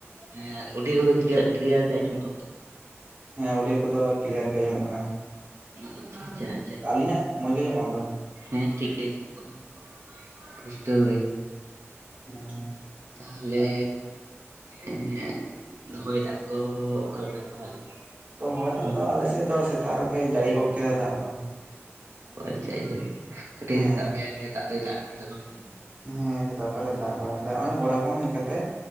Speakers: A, on the right (about 75°); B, on the right (about 40°).
A: ᱮᱸ ᱚᱰᱤᱭᱳ ᱠᱚᱫᱚ ᱠᱞᱤᱭᱟᱨ ᱜᱮ ᱟᱸᱡᱚᱢᱚᱜ ᱠᱟᱱᱟ ᱛᱚ?
B: ᱦᱮᱸ ᱚᱰᱤᱭᱳ ᱠᱚᱫᱚ ᱠᱞᱤᱭᱟᱨ ᱜᱮ ᱟᱸᱡᱚᱢᱚᱜ ᱠᱟᱱᱟ
A: ᱟᱪᱪᱷᱟ ᱟᱪᱪᱷᱟ ᱟᱪᱪᱷᱟ
B: ᱟᱹᱞᱤᱧᱟᱜ ᱢᱚᱡᱽ ᱜᱮ ᱟᱸᱡᱚᱢᱚᱜ ᱠᱟᱱᱟ ᱛᱚ?
A: ᱦᱮᱸ ᱴᱷᱤᱠ ᱜᱮ ᱟᱸᱡᱚᱢᱚᱜ ᱠᱟᱱᱟ ᱯᱩᱥᱴᱟᱹᱣ ᱜᱮ
B: ᱦᱮᱸ
A: ᱛᱟᱦᱚᱞᱮᱼᱼ ᱮᱸ ᱦᱚᱭ ᱫᱟᱜ ᱠᱚ ᱚᱠᱟᱞᱮᱠᱟ ᱛᱟᱦᱚᱞᱮ?
B: ᱛᱚ ᱦᱚᱭ ᱟᱫᱜ
A: ᱦᱳᱭ
B: ᱫᱚ ᱟᱞᱮᱥᱮᱫ ᱫᱚ ᱥᱮᱛᱟᱜ ᱨᱮᱜᱮ ᱡᱟᱹᱲᱤ ᱜᱚᱫ ᱠᱮᱫᱟ ᱫᱟᱜ ᱫᱚ᱾
A: ᱟᱪᱪᱷᱟ ᱟᱪᱪᱷᱟ ᱠᱟᱹᱴᱤᱡ
B: ᱦᱮᱸ
A: ᱥᱮᱛᱟᱜ ᱯᱟᱭᱟᱨ ᱨᱮ ᱫᱟᱜ ᱫᱚᱭ ᱫᱟᱜ ᱠᱮᱫᱟ ᱵᱟᱝᱼᱼ
B: ᱦᱮᱸ ᱛᱟᱯᱚᱨᱮ ᱫᱟᱜ ᱵᱟᱲᱟ ᱠᱮᱫᱟᱭ ᱦᱚᱸᱜᱚᱭ ᱜᱚᱲᱟ ᱠᱷᱚᱱ ᱦᱮᱡ ᱠᱟᱛᱮᱜ